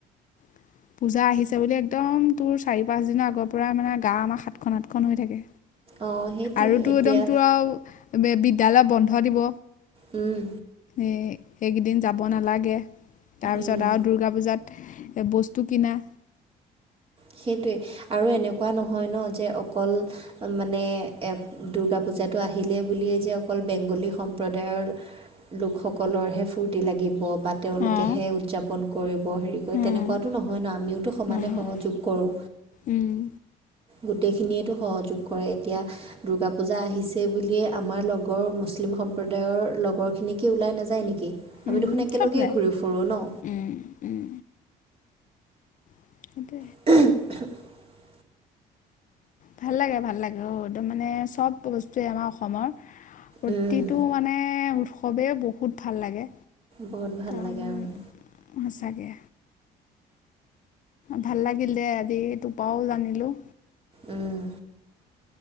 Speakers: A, on the left; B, on the right.
A: <inaudible> পূজা আহিছে বুলি একদম তোৰ চাৰি-পাঁচদিনৰ আগৰ পৰাই মানে গা আমাৰ সাতখন-আঠখন হৈ থাকে।
B: অ', সেইটোৱে
A: আৰু তো
B: এতিয়া
A: একদম তোৰ আৰু বিদ্যালয় বন্ধ দিব।
B: উম।
A: এই এইকেইদিন যাব নালাগে, তাৰপিছত
B: উম।
A: আৰু দুৰ্গা পূজাত এ বস্তু কিনা
B: সেইটোৱে, আৰু এনেকুৱা নহয় ন যে অকল মানে এ দুৰ্গা পূজাটো আহিলে বুলিয়েই যে অকল বেংগলী সম্প্ৰদায়ৰ লোকসকলৰহে ফূৰ্তি লাগিব বা তেওঁলোকেহে
A: অঁ
B: উদযাপন কৰিব হেৰি
A: উম
B: তেনেকুৱাতো নহয় ন, আমিওতো সমানে
A: নহয়
B: সহযোগ কৰোঁ।
A: উম
B: গোটেইখিনিয়েতো সহযোগ কৰে এতিয়া দুূৰ্গা পূজা আহিছে বুলিয়ে আমাৰ লগৰ মুছলিম সম্প্ৰদায়ৰ লগৰ খিনিক কি ওলাই নাযায় নেকি? আমি
A: উম
B: দেখোন একেলগেই
A: চব যায়
B: ঘূৰি ফুৰোঁ ন।
A: উম উম <inaudible>
B: <unintelligible> <inaudible>
A: ভাল লাগে ভাল লাগে অ একদম মানে চব বস্তুৱে আমাৰ অসমৰ প্ৰতিটো
B: উম,
A: মানে, উৎসৱেই বহুত ভাল লাগে।
B: বহুত ভাল
A: অ',
B: লাগে উম,
A: সঁচাকে। ভাল লাগিল দে আজি, এই তোৰ পাওঁ জানিলোঁ।
B: উম্।